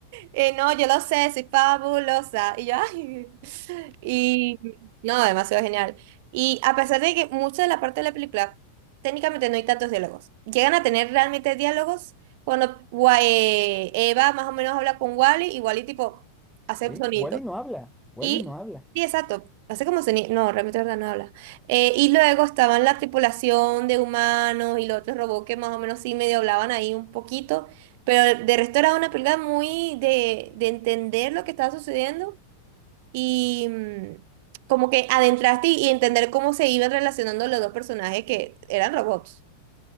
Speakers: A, on the right; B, in the centre.
A: Eh, no, yo lo sé, soy fabulosa. Y yo, ay. Y no, demasiado genial. Y a pesar de que mucha de la parte de la película, técnicamente no hay tantos diálogos. Llegan a tener realmente diálogos cuando Wa- eh, Eva más o menos habla con Wally y Wally tipo hace
B: Sí,
A: sonido.
B: Wally no habla, Wally
A: Y
B: no habla.
A: sí, exacto. Hace como sonido. No, realmente verdad no habla. Eh, y luego estaban la tripulación de humanos y los otros robots que más o menos sí medio hablaban ahí un poquito. Pero de resto era una película muy de, de entender lo que estaba sucediendo y mm, como que adentraste y, y entender cómo se iban relacionando los dos personajes que eran robots.